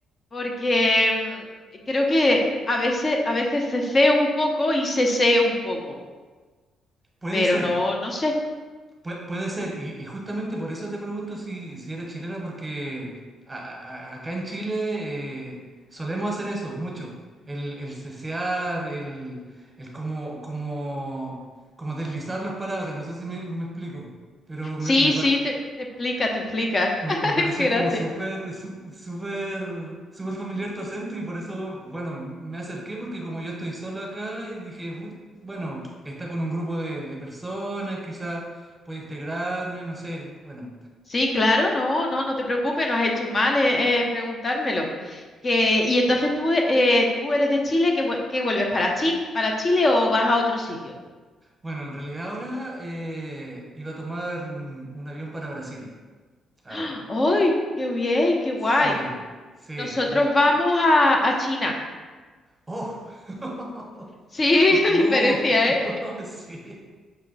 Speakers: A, on the left (about 35°); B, on the right (about 20°).
A: porque mm, creo que a veces, a veces ceceo un poco y seseo un poco,
B: Puede
A: pero
B: ser,
A: no, no sé.
B: Pue- puede ser, y, y justamente por eso te pregunto si, si eres chilena, porque a- a- a- acá en Chile eh, solemos hacer eso mucho. El, el cesear, el, el como, como, como deslizar las palabras, no sé si me, me explico, pero me,
A: Sí,
B: me parece.
A: sí, te, te explica, te explica.
B: Me,
A: <laughs>
B: me pareció
A: Qué gracia.
B: como súper, sú- súper, súper familiar tu acento y por eso, bueno, me acerqué porque como yo estoy solo acá y dije, "Put- bueno, está con un grupo de, de personas, quizás puede integrarme, no sé. Bueno,
A: Sí, claro, no, no, no te preocupes, no has hecho mal eh, en, preguntármelo. Que, y entonces tú, eh, tú eres de Chile, ¿qué, vuel- qué vuelves para Chile, para Chile o vas a otro sitio?
B: bueno, en realidad ahora eh, iba a tomar un, un avión para Brasil.
A: <gasps>
B: Ahora.
A: ¡Ah! ¡Ay, qué bien, qué guay!
B: Sí, sí,
A: Nosotros
B: iba...
A: vamos a, a China.
B: ¡Oh! <laughs>
A: Sí, <laughs>
B: ¡Oh!
A: diferencia, ¿eh?
B: <laughs> Sí.